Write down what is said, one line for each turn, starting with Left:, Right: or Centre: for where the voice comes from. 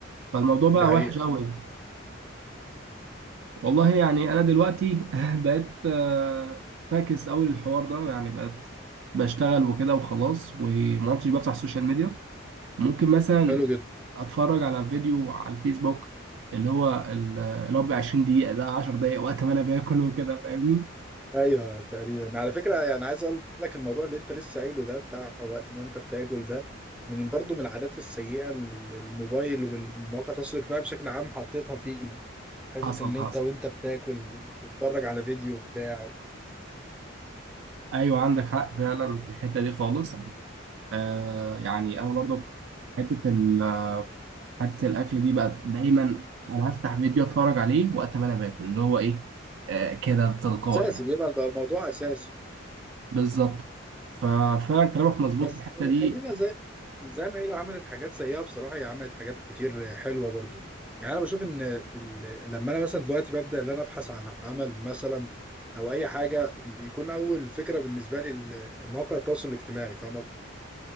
Right: فالموضوع بقى
Centre: دي حقيقه
Right: وحش قوي والله يعني انا دلوقتي <laughs> بقيت آه، فاكس قوي للحوار ده يعني بقيت بشتغل وكده وخلاص وما عدتش بفتح السوشيال ميديا ممكن مثلا
Centre: حلو جدا
Right: اتفرج على فيديو على الفيسبوك اللي هو ال- اللي هو ب 20 دقيقة ده 10 دقايق وقت ما انا باكل وكده فاهمني
Centre: ايوه تقريبا على فكره يعني عايز اقول لك الموضوع اللي انت لسه قايله ده بتاع وقت ما انت بتاكل ده من برضه من العادات السيئه اللي الموبايل والمواقع التواصل الاجتماعي بشكل عام حطيتها فينا حته
Right: حصل
Centre: ان
Right: حصل
Centre: انت وانت بتاكل تتفرج على فيديو بتاع
Right: ايوه عندك حق فعلا في الحتة دي خالص آه يعني انا برضو حتة ال حتة الاكل دي بقى دايما انا هفتح فيديو اتفرج عليه وقت ما انا باكل اللي هو ايه آه كده تلقائي
Centre: اساسي
Right: يعني
Centre: بيبقى بقى الموضوع اساسي
Right: بالظبط ففعلا كلامك مظبوط
Centre: بس
Right: في الحتة دي
Centre: خلينا زي زي ما هي عملت حاجات سيئة بصراحة هي عملت حاجات كتير حلوة برضو يعني أنا بشوف إن ال- لما أنا مثلا دلوقتي ببدأ إن أنا أبحث عن عمل مثلا أو أي حاجة بيكون أول فكرة بالنسبة لي ال- مواقع التواصل الاجتماعي فاهم قصدي؟